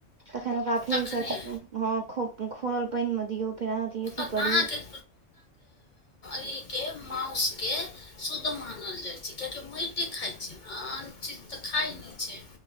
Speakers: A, on the right; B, on the left.
A: तखन ओकरा फेर
B: तखने
A: स अथी में हँ खो-खोड़ल पइन में दियौ। फेर अहाँ अथी अथी
B: अहाँके
A: करू
B: की के माउस के शुद्ध मानल जाइ छै, किएकि ओ मइटे खाइ छै, न आन चीज तऽ खाइ नै छै।